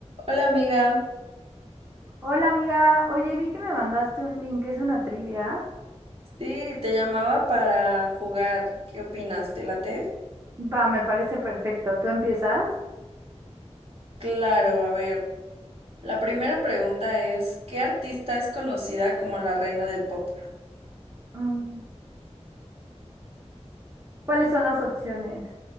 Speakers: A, on the right; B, on the right.
A: Hola amiga,
B: Hola amiga, oye, vi que me mandaste un link, es una trivia.
A: sí, te llamaba para jugar. ¿Qué opinas? ¿Te late?
B: Va, me parece perfecto. ¿Tú empiezas?
A: Claro, a ver. La primera pregunta es, ¿qué artista es conocida como la reina del pop?
B: Mm, ¿Cuáles son las opciones?